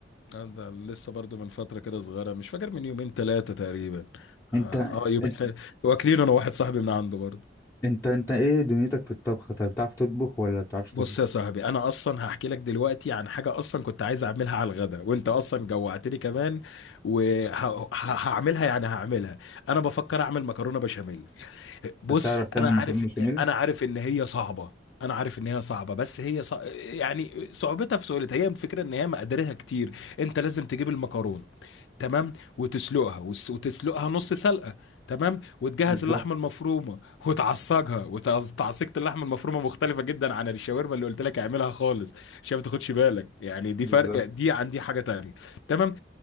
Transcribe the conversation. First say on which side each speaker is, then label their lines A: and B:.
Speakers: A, on the left; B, on the left.
A: آه، ده لسه برضو من فترة كده صغيرة مش فاكر من يومين ثلاثة تقريبا اه
B: انت
A: آه، يومين
B: انت
A: ثلاثة واكلين انا واحد صاحبي من عنده برضو
B: انت, انت ايه دنيتك في الطبخ طيب بتعرف تطبخ ولا بتعرفش تطبخ
A: بص يا صاحبي انا اصلا هحكي لك دلوقتي عن حاجة اصلا كنت عايز اعملها على الغدا وانت اصلا جوعتني كمان وهعملها يعني هعملها انا بفكر اعمل مكرونة بشاميل بص
B: طب بتعرف تعمل
A: انا عارف
B: مكرونة بشاميل
A: ان انا عارف ان هي صعبة انا عارف ان هي صعبة بس هي صع... يعني صعوبتها في سهولتها هي الفكرة ان هي مقاديرها كتير انت لازم تجيب المكرونة تمام وتسلقها وس- وتسلقها نص سلقه تمام وتجهز
B: بالظبط
A: اللحمه المفرومه وتعصجها وتعصيجة اللحمه المفرومه مختلفه جدا عن الشاورما اللي قلت لك اعملها خالص عشان ما تاخدش بالك يعني دي
B: بالظبط
A: فرق دي عن دي حاجه تانية تمام